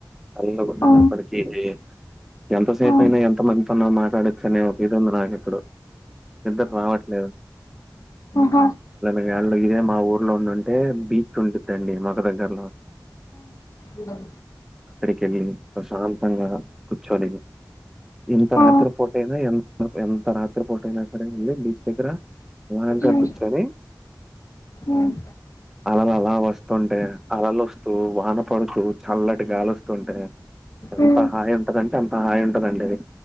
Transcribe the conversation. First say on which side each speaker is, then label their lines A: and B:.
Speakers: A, in the centre; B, on the left (about 45°).
A: చల్లగా ఉన్నది
B: ఆ
A: అప్పటికీ జేయ్యండ్ ఎంతసేపైనా
B: ఆ
A: ఎంత మందితోన్న మాట్లాడొచ్చు అనే ఒక ఇది ఉంది నాకు ఇప్పుడు. నిద్దర్ రావట్లేదు
B: ఆహ
A: <unintelligible> ళ్ళు ఇదే మా ఊర్లో ఉండుంటే బీచ్ ఉండుద్దండి మాకు దగ్గరలో
B: <unintelligible> డం
A: అక్కడికేళ్ళి ప్రశాంతంగా కూచ్చొని, ఇంత
B: ఆ
A: రాత్రి పూట అయినా ఎం త ఎంత రాత్రి పూట అయినా సరే, ఏళ్ళి బీచ్ దగ్గర అలాగా
B: ఉమ్
A: కూర్చొని
B: ఉమ్
A: అలలు అలా వస్తుంటే, అలలోస్తూ వాన పడుతూ, చల్లటి గాలోస్తుంటే ఎంత
B: ఉ ఉ
A: హాయి ఉంటదంటే, అంత హాయి ఉంటదండి అది